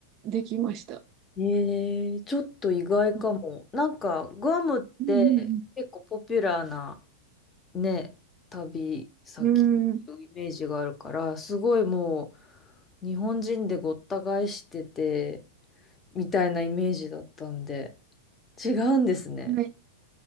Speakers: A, on the right; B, on the left.
A: できました。
B: ん。へえ。ちょっと意外かも。
A: うん
B: なんか、グアムって結構ポピュラーな
A: うん
B: ね、旅先のイメージがあるから、
A: うん。うん。
B: すごいもう、日本人でごった返してて、みたいなイメージだったんで、違うんですね。
A: はい